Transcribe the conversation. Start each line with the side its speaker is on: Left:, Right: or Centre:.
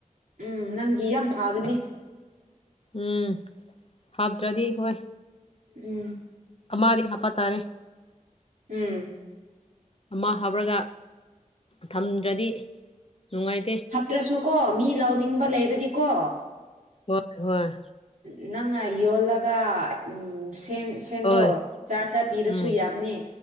Right: ꯎꯝ ꯅꯪꯒꯤ ꯌꯥꯝ ꯐꯒꯅꯤ
Left: ꯎꯝ ꯍꯥꯞꯇ꯭ꯔꯗꯤ ꯍꯣꯏ
Right: ꯎꯝ
Left: ꯑꯃꯗꯤ ꯍꯥꯄ ꯇꯥꯔꯦ
Right: ꯎꯝ
Left: ꯑꯃ ꯍꯥꯞꯔꯒ ꯊꯝꯗ꯭ꯔꯗꯤ ꯅꯨꯡꯉꯥꯏꯇꯦ
Right: ꯍꯥꯞꯇ꯭ꯔꯁꯨꯀꯣ ꯃꯤ ꯂꯧꯅꯤꯡꯕ ꯂꯩꯔꯗꯤꯀꯣ
Left: ꯍꯣꯏ ꯍꯣꯏ
Right: ꯎ ꯅꯪ ꯌꯣꯜꯒ ꯎꯝ ꯁꯦꯟꯗꯣꯔ
Left: ꯍꯣꯏ
Right: ꯆꯥ ꯆꯥ ꯄꯤꯔꯁꯨ
Left: ꯎꯝ
Right: ꯌꯥꯕꯅꯦ